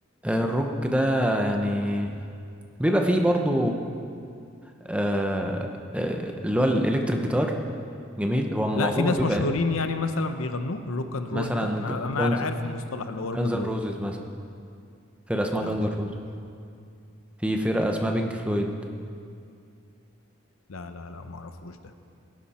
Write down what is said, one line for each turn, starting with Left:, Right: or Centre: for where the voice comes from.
Centre: الروك ده يعني بيبقى فيه برضو آه آه، اللي هو الإلكتريك جيتار جميل هو معظمه
Left: لا في ناس
Centre: بيبقى
Left: مشهورين يعني مثلا بيغنوه الروك اند رول
Centre: مثلا
Left: ده انا انا
Centre: جانز
Left: عارف المصطلح اللي هو روك
Centre: جانز
Left: اند
Centre: روزز
Left: رول
Centre: مثلا فرقة اسمها
Left: لا
Centre: جانز
Left: ما
Centre: روز
Left: اعرفوش
Centre: في فرقة اسمها بينك فلويد
Left: لا لا لا ما اعرفوش ده